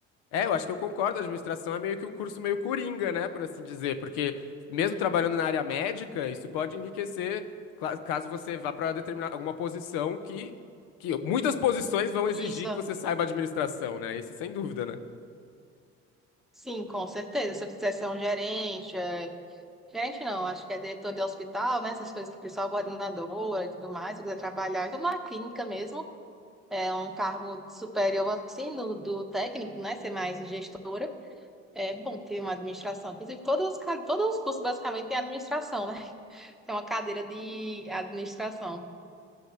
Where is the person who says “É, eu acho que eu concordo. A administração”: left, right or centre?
Left